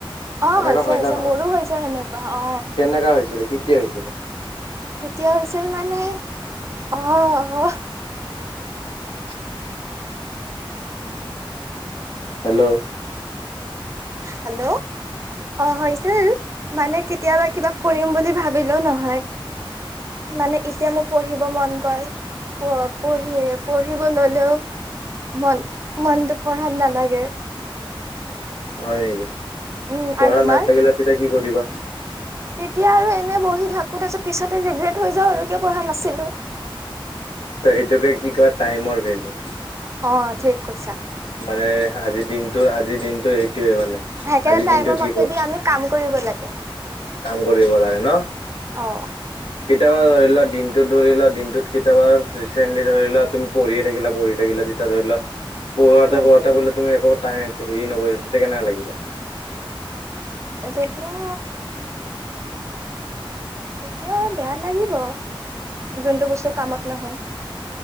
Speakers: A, on the right; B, on the left.
A: অ
B: এনেকা
A: হৈছে
B: হয়
A: হৈছে
B: না নহয়
A: মোৰো হৈছে সেনেকুৱা অ
B: কেনেকা হৈছিলে কেতিয়া হৈছিলে?
A: কেতিয়া হৈছিল মানে অ অ
B: <inaudible> হেল্ল'
A: হেল্ল' অ হৈছিল মানে কেতিয়াবা কিবা কৰিম বুলি ভাবিলেও নহয় মানে এতিয়া মোৰ পঢ়িব মন গ'ল প পঢ়ি পঢ়িব ললেও মন মনটো পঢ়াত নালাগে
B: হয়
A: উম
B: পঢ়া
A: আৰু তোমাৰ
B: নাথাকিলে তেতিয়া কি কৰিবা?
A: তেতিয়া আৰু এনে বহি থাকো তাৰপিছত পিছতে ৰিগ্ৰেট হৈ যাওঁ আৰু কিয় পঢ়া নাছিলোঁ।
B: তে সেইটোকে কি কয় টাইমৰ ভেলু
A: অ ঠিক কৈছা
B: মানে আজিৰ দিনটো আজিৰ দিনটো সেইটোয়ে মানে
A: সেইকাৰণে
B: আজিৰ
A: টাইমৰ
B: দিনটো কি
A: মতেদি
B: ক
A: আমি কাম কৰিব লাগে
B: কাম কৰিব লাগে ন
A: অ
B: কেতিয়াবা ধৰি লোৱা দিনটোত ধৰি লোৱা দিনটোত কেতিয়াবা ৰিচেন্টলি ধৰি লোৱা তুমি- পঢ়ি থাকিলা পঢ়ি থাকিলা যেতিয়া ধৰি ল- পঢ়োতে
A: উম
B: পঢ়োতে বলে তুমি একো টাইম হেৰি নকৰি তেতিয়া কেনেকা লাগিব?
A: এই তেতিয়া তেতিয়াও বেয়া লাগিব যোনটো বস্তু কামত নহয়।।